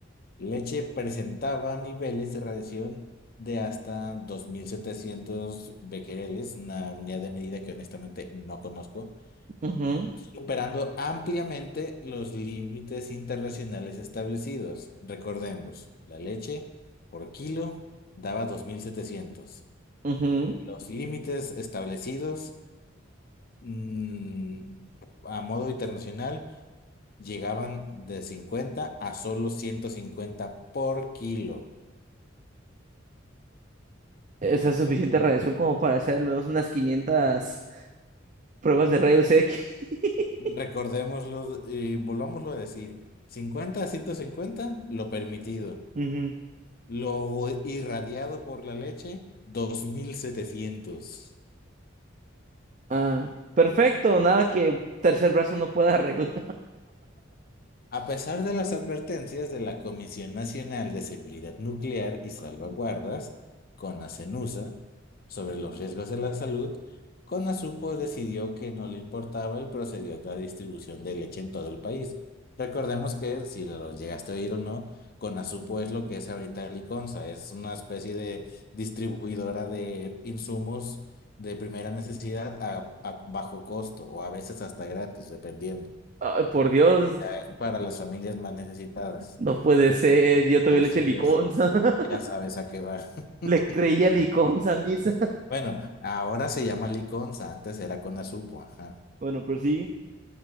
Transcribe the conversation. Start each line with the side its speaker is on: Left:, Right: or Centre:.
Left: Leche presentaba niveles de radiación de hasta 2.700 becquereles, una unidad de medida que honestamente no conozco,
Right: ujú,
Left: superando ampliamente los límites internacionales establecidos. Recordemos, la leche por kilo daba dos mil setecientos,
Right: ujú.
Left: Los límites establecidos mm, a modo internacional llegaban de 50 a solo 150 por kilo.
Right: Esa es suficiente radiación como para hacer al menos unas 500 pruebas de rayos X. <laughs>
Left: Recordémoslo y volvámoslo a decir, 50 a 150 lo permitido.
Right: Ujú.
Left: Lo irradiado por la leche, dos mil setecientos
Right: Ah, perfecto, nada que tercer brazo no pueda arreglar.
Left: A pesar de las advertencias de la Comisión Nacional de Seguridad Nuclear y Salvaguardas, CONACENUSA, sobre los riesgos de la salud, CONASUPO decidió que no le importaba y procedió a la distribución de leche en todo el país. Recordemos que, si lo llegaste a oír o no, CONASUPO es lo que es ahorita Liconza, es una especie de distribuidora de insumos de primera necesidad a a bajo costo o a veces hasta gratis, dependiendo
Right: Ay, por Dios,
Left: es para las familias más necesitadas.
Right: no puede ser. Yo también
Left: Así
Right: le eché liconza.
Left: es,
Right: <laughs>
Left: ya sabes a qué va. <laughs>
Right: Le creía liconza a misa.
Left: Bueno, ahora se llama liconza, antes era Conasupo. ajá.
Right: Bueno, pero sí.